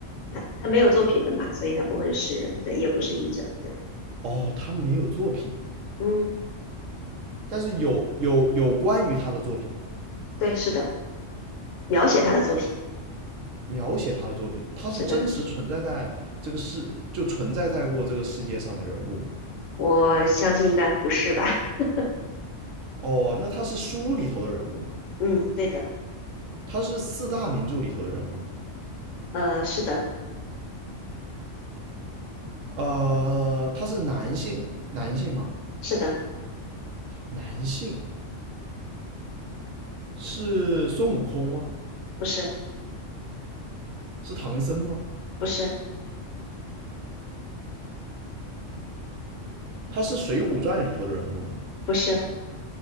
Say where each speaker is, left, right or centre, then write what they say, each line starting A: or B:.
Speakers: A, on the left; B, on the right.
A: 他他没有作品的嘛，所以他不会是诗人，对，也不是译者，对，
B: 哦，他没有作品，
A: 嗯，
B: 但是有有有关于他的作品吗？
A: 对，是的。描写他的作品。
B: 描写他的作品，他是真实存在在这个世，
A: 是的，
B: 就存在在过这个世界上的人物吗？
A: 我相信应该不是吧？<laughs>
B: 哦，那他是书里头的人物吗？
A: 嗯，对的，
B: 他是四大名著里头的人物吗？
A: 呃，是的，
B: 呃，他是男性，男性吗？
A: 是的，
B: 男性是孙悟空吗？
A: 不是，
B: 是唐僧吗？
A: 不是，
B: 他是《水浒传》里头的人物吗？
A: 不是。